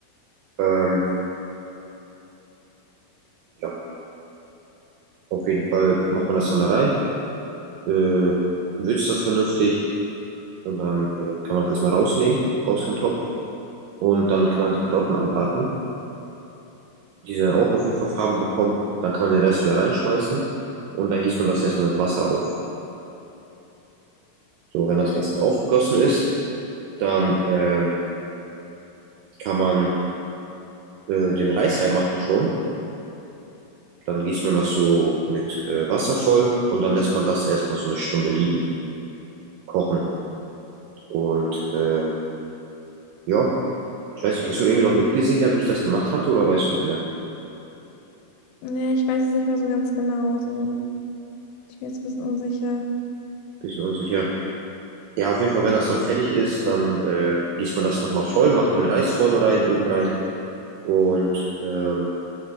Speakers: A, on the right; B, on the left.
A: Ähm, ja, auf jeden Fall macht man das dann da rein, äh, würzt das vernünftig und dann äh, kann man das erstmal rausnehmen aus dem Topf und dann kann man die Karotten anbraten. Die dann auch auf jeden Fall Farbe bekommen. Dann kann man den Rest wieder reinschmeißen und dann gießt man das erstmal mit Wasser auf. So, wenn
B: Okay.
A: das Wasser aufgegossen ist, dann ähm, kann man äh, den Reis reinmachen schon. Dann gießt man das so mit äh, Wasser voll und dann lässt man das erstmal so eine Stunde liegen, kochen. Und ähm, ja, ich weiß nicht, hast du irgendwie noch mitgesehen gehabt, wie ich das gemacht hatte oder weißt du nicht mehr?
B: Nee, ich weiß es nicht mehr so ganz genau. Also, ich bin jetzt ein bisschen unsicher.
A: Bisschen unsicher. Ja, auf jeden Fall, wenn das dann fertig ist, dann äh, gießt man das nochmal voll, macht den Reis vorne rein, oben rein und ähm,